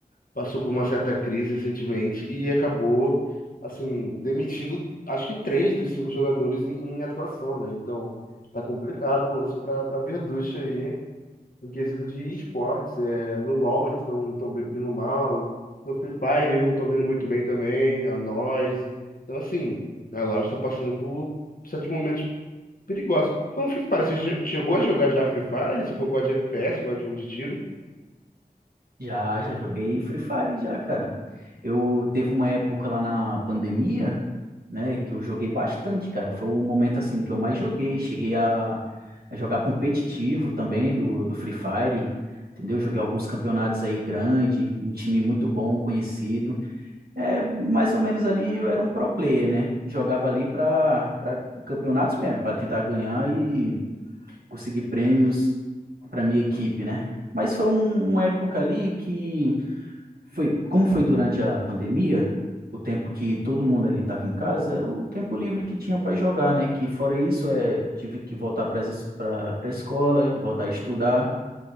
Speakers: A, on the left (about 65°); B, on the right (about 85°).
A: passou por uma certa crise recentemente e acabou, assim, demitindo acho que três dos cinco jogadores em, em atuação, né? Então tá complicado o lance para para Verducci aí no quesito de esportes. É, no LoL eles estão estão vindo mal, no Free Fire eles não estão vindo muito bem também, a Noise. Então, assim, a Loud está passando por certos momentos perigosos. Então, Free Fire, você che- chegou a jogar já Free Fire? Você for gosta de FPS, gosta de jogo de tiro?
B: Já, já joguei Free Fire já, cara. Eu teve uma época lá na pandemia, né, que eu joguei bastante, cara. Foi o momento assim que eu mais joguei. Cheguei a, a jogar competitivo também do, do Free Fire, entendeu? Joguei alguns campeonatos aí grande, um time muito bom, conhecido. É, mais ou menos ali eu era um pro player, né? Jogava ali para para campeonatos mesmo, para tentar ganhar e conseguir prêmios para minha equipe, né? Mas foi um- uma época ali que foi, como foi durante a pandemia, o tempo que todo mundo ali estava em casa, era o tempo livre que tinha para jogar, né? Que fora isso, é, tive que voltar para para a escola, voltar a estudar.